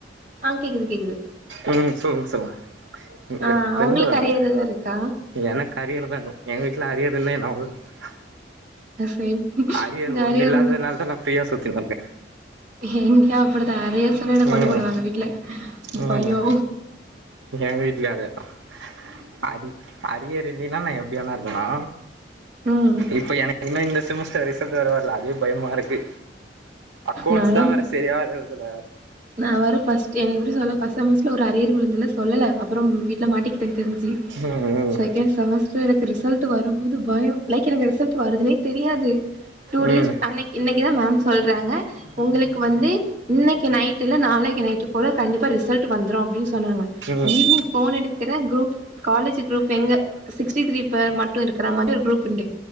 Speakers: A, on the right (about 45°); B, on the right (about 85°).
A: ஆ கேக்குது கேக்குது
B: ம் சொல்லுங் சொல்லுங் இங்க
A: ஆ
B: ஃப்ரண்டு
A: உங்களுக்கு
B: வந்
A: அரியர் எதா இருக்கா
B: <inaudible> எனக்கு அரியரதவுலு எங்க வீட்ல அரியர்னு நா <unintelligible>
A: சேம்
B: அரியர்
A: இங்க
B: ஒண்ணு
A: அரியர்
B: இல்லாதனாலதா நா ஃபிரீய சுத்தின் இருக்கே
A: என்டு அப்டித்தா அரியர்னு சொன்ன என்ன கொண்ணு
B: ம்
A: புடுவாங்க வீட்ல
B: ம்
A: பயோ
B: எங்க வீட்லயு அதேதா அரி அரியர் இல்லைனா நா எப்டிவேனா இருக்கலா
A: ம்
B: இப்ப எனக் இன்னு இந்த செமஸ்டர் ரிசல்ட் வரவ இல்ல அதே பயமா இருக்கு அக்கௌண்ட்ஸ்
A: நாலா
B: தா வேற செரியா எழுதல
A: நா வற ஃப்ர்ஸ்ட் எனக்கு எப்டி சொல்ல ஃப்ர்ஸ்ட் செமஸ்ட்ல ஒரு அரியர் விழுந்துல்ல சொல்லல்ல அப்பறம் வீட்ல மாட்டிக்கிட்டே தெரிஞ்சு
B: ம்
A: செக்கண்டு செமஸ் எனக்கு ரிசல்ட் வரும் மோது பயம் லைக் எனக்கு ரிசல்ட் வருதுனே தெரியாது டூ
B: ம்
A: டேஸ் அன்னைக் இன்னைக்கு தா மேம் சொல்றாங்க உங்களுக்கு வந்து இன்னைக்கு நைட் டு இல்ல நாளைக்கு நைட்டு போல கண்டிப்பா ரிசல்ட்டு வந்துரும் அப்டின் சொன்னாங்க
B: ம்
A: ஈவ்னிங் ஃபோன் எடுக்கிற குரூப்பு காலேஜ்ஜி குரூப் எங்க சிக்ஸ்டி த்ரீ பேர் மட்டும் இருக்கற மாரி ஒரு குரூப் உண்டு